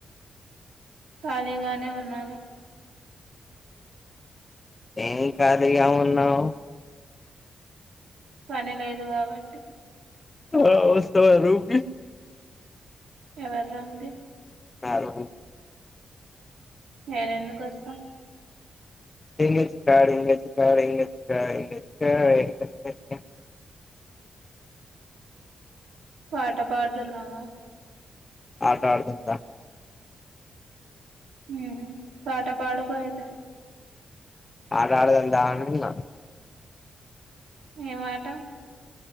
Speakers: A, on the right; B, on the left.
A: ఖాళీగానే ఉన్నాను
B: ఏం ఖాళీగా ఉన్నావ్
A: పని లేదు కాబట్టి
B: <unintelligible>
A: ఎవరండి
B: నాలుగు
A: నేనెదుకొస్తా
B: డింగి చిక డింగి చిక డింగి చిక డింగి చిక ఏ ఏ ఏ
A: పాట పాడుతున్నావా
B: ఆట ఆడదామ్ దా
A: ఉమ్మ్ పాట పాడుకో అయితే
B: ఆట ఆడదాం దా అంటున్నా
A: ఏం ఆట